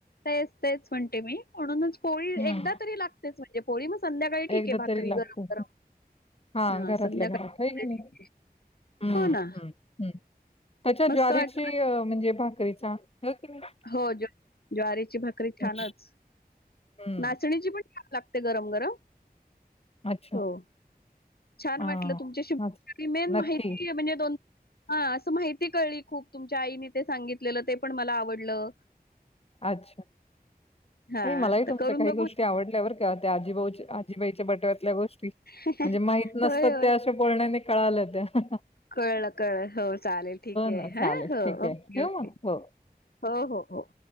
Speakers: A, on the left; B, on the left.
A: तेच तेच म्हणते मी म्हणूनच पोळी
B: हं,
A: एकदा तरी लागतेच म्हणजे पोळी संध्याकाळी ठीके
B: एकदा
A: भाकरी
B: तरी लागतं.
A: गरम गरम
B: हां, घरातल्या
A: संध्याकाळी
B: घरात. होय की नाही? हं,
A: हो ना
B: हं, हं. त्याच्या
A: मस्त
B: ज्वारीची
A: वाट
B: म्हणजे भाकरीचा हो की नाही?
A: हो ज ज्वारीेची भाकरी छाानच
B: हं, हं.
A: नाचणीची पण लागते गरम गरम
B: अच्छा
A: हो. छान
B: हां,
A: वाटलं तुमच्याशी
B: हाच.
A: मेन माहिती
B: नक्की.
A: म्हणजे द हा असं माहिती कळली खूप तुमच्या आईने ते सांगितलेलं ते पण मला आवडलं
B: अच्छा
A: हा
B: नाही मलाही
A: तर
B: तुमच्या
A: करून
B: काही
A: बघू
B: गोष्टी आवडल्याबर का त्या आजीबाईच्या बटव्यातल्या गोष्टी म्हणजे
A: होय
B: माहित नसतात
A: होय
B: त्या बण्या कळालं त
A: कळलं कळ हो चालेल ठीक आहे
B: ना,
A: हा
B: चालेल.
A: हो
B: ठीक आहे.
A: ओके
B: ठेवू
A: ओके
B: मग? हो.
A: हो हो हो